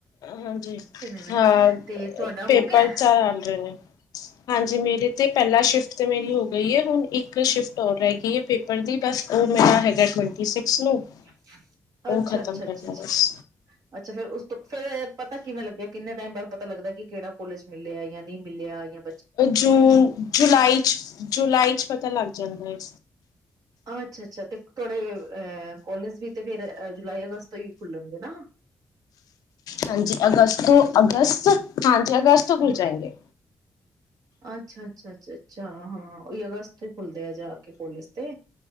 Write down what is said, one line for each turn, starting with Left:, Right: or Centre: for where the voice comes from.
Left: ਹਾਂਜੀ
Right: ਨਾ
Left: ਹਾਂ
Right: ਤੇ ਤੁਹਾਡਾ
Left: ਪੇਪਰ
Right: ਹੋ ਗਿਆ
Left: ਚਲ ਰਹੇ ਨੇ ਹਾਂਜੀ ਮੇਰੇ ਤੇ ਪਹਿਲਾ ਸ਼ਿਫਟ ਤੇ ਮੇਰੀ ਹੋ ਗਈ ਹੈ ਹੁਣ ਇੱਕ ਸ਼ਿਫ ਹੋਰ ਰਹਿ ਗ ਹੈ ਪੇਪਰ ਦੀ ਬਸ ਉਹ ਮੇਰਾ ਹੈਗਾ ਟਵੈਂਟੀ ਸਿਕਸ ਨੂੰ
Right: ਅੱਛਾ
Left: ਉਹ ਖ਼ਤਮ
Right: ਅੱਛਾ ਅੱਛਾ ਅੱਛਾ
Left: ਕਰਨਾ ਬਸ
Right: ਅੱਛਾ ਫੇਰ ਉਸ ਤੋਂ ਫਿਰ ਪਤਾ ਕਿਵੇਂ ਲੱਗਿਆ ਕਿੰਨੇ ਟਾਈਮ ਬਾਅਦ ਪਤਾ ਲੱਗਦਾ ਕਿ ਕਿਹੜਾ ਕੋਲੇਜ ਮਿਲਿਆ ਯਅ ਨਹੀਂ ਮਿਲਿਆ ਯਾ
Left: ਜੂਨ ਜੁਲਾਈ ਚ ਜੁਲਾਈ ਚ ਪਤਾ ਲੱਗ ਜਾਂਦਾ ਹੈ
Right: ਅੱਛਾ ਅੱਛਾ ਤੇ ਤੁਥਹਾਡੇ ਅ ਕਾਲਜ ਵੀ ਤੇ ਫਿਰ ਜੁਲਾਈ ਅਗਸਤ ਤੋਂ ਹੀ ਖੁੱਲਣਗੇ ਨਾ
Left: ਹਾਂਜੀ ਅਗਸਤ ਤੋਂ ਅਗਸਤ ਹਾਂਜੀ ਜਗਜ਼
Right: ਹਾਂ।
Left: ਤੋਂ ਮੁਿਲ ਜਾਏ ਗਗੇ
Right: ਅੱਛਾ ਅੱਛਾ ਅੱਛਾ ਅੱਛਾ ਹਾਂ ਉਹੀ ਅਗਸਤ ਖੁੱਲਦੇ ਆ ਜਾ ਕੇ ਕੋਲੇਜ ਤੇ